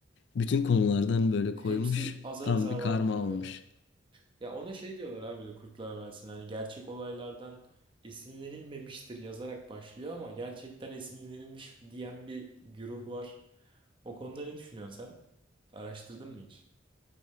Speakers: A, on the left (about 65°); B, on the right (about 25°).
A: Bütün konulardan böyle
B: Hepsi
A: koymuş.
B: azar
A: Tam
B: azar
A: bir
B: var
A: karma
B: gibi
A: olmuş.
B: böyle. Ya ona şey diyorlar abi de Kurtlar Vadisi'nde hani gerçek olaylardan esinlenilmemiştir yazarak başlıyor ama gerçekten esinlenilmiş diyen bir güruh var. O konuda ne düşünüyorsun sen? Araştırdın mı hiç?